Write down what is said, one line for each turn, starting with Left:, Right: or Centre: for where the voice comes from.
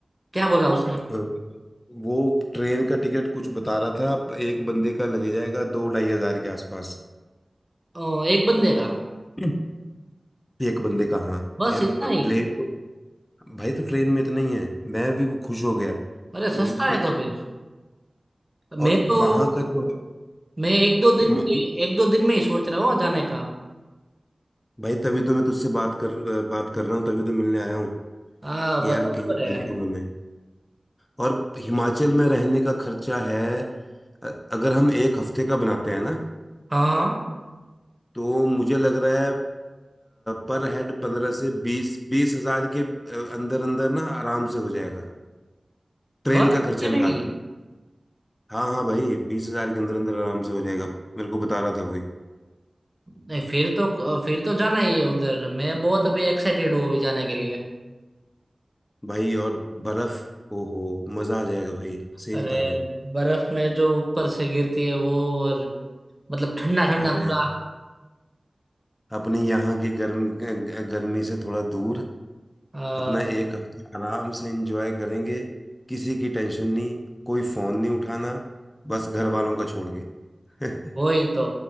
Right: क्या बोला उसने
Left: अ, वो ट्रेन का टिकट कुछ बता रहा था एक बंदे का लगे जाएगा दो ढाई हजार के आसपास
Right: ओ, एक बंदे का
Left: <clears throat> हम्म। एक बंदे का हाँ
Right: बस
Left: यार
Right: इतना
Left: प्लेन
Right: ही
Left: तो भाई तो ट्रेन में इतना ही है मैं भी खुश हो गया क्योंकि
Right: अरे सस्ता
Left: प्ल-
Right: है तो फिर मैं
Left: और
Right: तो
Left: वहां का जो
Right: मैं एक दो दिन
Left: हिमा-
Right: के एक दो दिन में ही सोच रहा हूँ जाने का
Left: भाई तभी तो मैं तुझसे बात कर बात कर रहा हूँ तभी तो मिलने आया हूँ
Right: हाँ
Left: कि
Right: ब-
Left: यार
Right: बराबर
Left: कहीं जाने
Right: है
Left: का मन है और हिमाचल में रहने का खर्चा है अ- अगर हम एक हफ्ते का बनाते हैं ना
Right: हाँ हाँ
Left: तो मुझे लग रहा है पर हेड पंद्रह से बीस बीस हजार के अंदर अंदर ना आराम से हो जाएगा ट्रेन
Right: बस
Left: का
Right: इतने
Left: खर्चा
Right: में
Left: निकाल
Right: ही
Left: के हाँ हाँ भाई बीस हजार के अंदर अंदर आराम से हो जाएगा मेरे को बता रहा था कोई
Right: नहीं फिर तो फिर तो जाना ही है उधर मैं बहुत अभी एक्साइटेड हूँ अभी जाने के लिए
Left: भाई और बर्फ ओहो मजा आ जाएगा भाई सही
Right: अरे
Left: बता रहा हूँ
Right: बर्फ में जो ऊपर से गिरती है वो और मतलब ठंडा ठंडा
Left: अरे
Right: पूरा
Left: अपने यहाँ की गर्म ग- गर्मी से थोड़ा दूर
Right: आ,
Left: अपना एक हफ्ता आराम से एंजॉय करेंगे किसी की टेंशन नहीं कोई फोन नहीं उठाना बस घर वालों का छोड़ के <laughs>
Right: वही तो